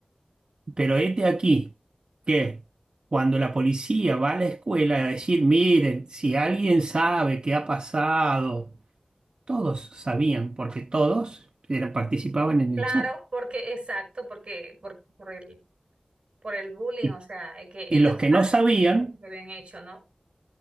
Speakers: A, on the right; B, on the right.
A: Pero este aquí que cuando la policía va a la escuela a decir, miren, si alguien sabe qué ha pasado, todos sabían, porque todos eran- participaban en
B: Claro,
A: el chat.
B: porque, exacto, porque por, por el, por el bullying,
A: Y,
B: o sea, eh, que
A: y
B: ellos
A: los que no sabían
B: saben lo que habían hecho, ¿no?